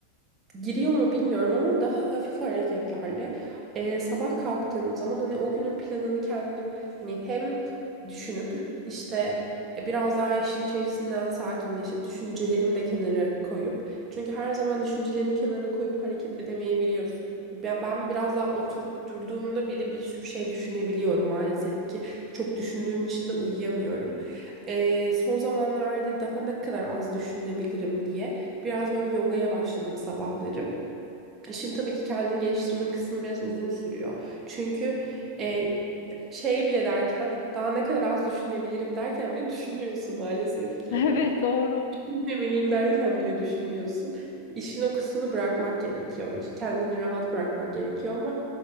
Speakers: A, on the right; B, on the left.
A: giriyor mu bilmiyorum ama daha hafif hareketlerle e, sabah kalktığım zaman hani o günün planını kendim hani hem düşünüp işte e, biraz daha işin içerisinden sakinleşip düşüncelerimi de kenara koyup çünkü her zaman düşüncelerini kenara koyup hareket edemeyebiliyorsun. Ben, ben biraz daha oturup durduğumda bile bir sürü şey düşünebiliyorum maalesef ki çok düşündüğüm için de uyuyamıyorum. E, son zamanlarda daha ne kadar az düşünebilirim diye. Biraz böyle yogaya başladım sabahları. İşin tabii ki kendini geliştirme kısmı biraz uzun sürüyor. Çünkü e, şey bile derken daha ne kadar az düşünebilirim derken bile <laughs> düşünüyorsun maalesef ki
B: <laughs> Evet doğru.
A: demeliyim derken bile düşünüyorsun. İşin o kısmını bırakmak gerekiyor. Kendini rahat bırakmak gerekiyor ama